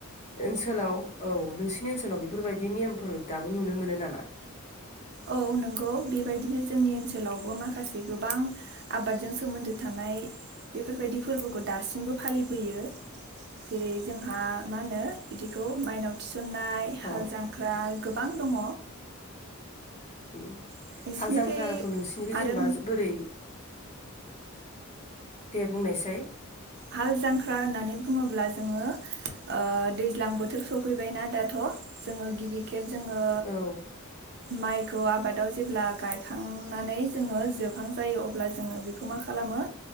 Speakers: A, on the left; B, on the right.
A: ओनसोलाव औ नोंसिनि ओनसोलाव बेफोरबायदि नेमफोर दाबो नुनो मोनो नामा?
B: औ नंगौ बेबायदिनो जोंनि ओनसोलावबो माखासे गोबां आबादजों सोमोन्दो थानाय बेफोरबायदि फोरबोखौ दासिमबो फालिबोयो जेरै जोंहा मा होनो बिदिखौ माइनाव थि सननाय हाल
A: अ
B: जांख्रा गोबां दङ।
A: उम
B: नोंसिनिखै
A: हाल जांख्राखौ नोंसिनिखौ
B: आरो
A: जेनेबा बोरै दे बुंनायसै
B: हाल जांख्रा होननानै बुङोब्ला जोङो ओ दैज्लां बोथोर सफैबायनाा दाथ' जोङो गिबि खे ब जोङो
A: औ
B: माइ खौ आबादाव जेब्ला गायखांनानै जोङो जोबां जायो अब्ला जोङो बेखौ मा खालामो